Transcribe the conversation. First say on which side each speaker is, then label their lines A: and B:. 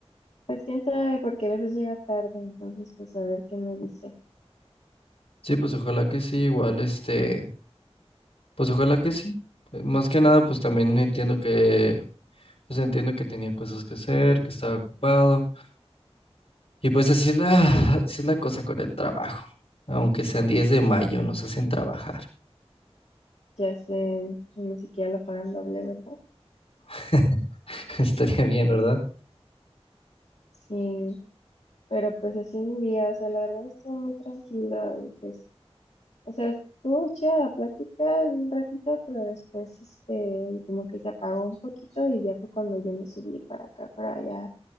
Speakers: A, on the left (about 80°); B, on the left (about 65°).
A: Pues quién sabe, porque a veces llega tarde, entonces pues a ver qué me dice.
B: Sí, pues ojalá que sí, igual, este... Pues ojalá que sí. Más que nada, pues también
A: Es
B: entiendo
A: que
B: que, pues entiendo que tenía cosas que hacer, que estaba ocupado. Y pues así es la, <laughs> así es la cosa con el trabajo. Aunque sean 10 de mayo, nos hacen trabajar.
A: ya sé, ni siquiera lo pagan doble, ¿verdad?
B: <laughs> Estaría bien, ¿verdad?
A: Sí, pero pues así mi día, o sea, la verdad estuvo muy tranquila y pues O sea, estuvo chida la plática un ratito, pero después este, como que se apagó un poquito y ya fue cuando yo me subí para acá, para allá,